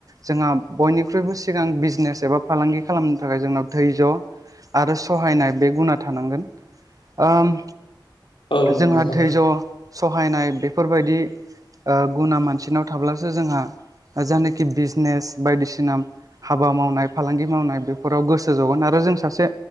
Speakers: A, on the right; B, on the left.
A: जोंहा बयनिख्रुइबो सिगां बिजनेस एबा फालांगि खालामनो थाखाय जोंनाव थैज' आरो सहायनाय बे गुना थानांगोन आम
B: औ नंगौ
A: जोंहा
B: नोंथां
A: धैज्य' सहायनाय बेफोरबायदि आ गुना मानसिनाव थाब्लासो जोंहा जायानखि बिजनेस बायदिसिना हाबा मावनाय फालांगि मावनाय बेफोराव गोसो जगोन आरो जों सासे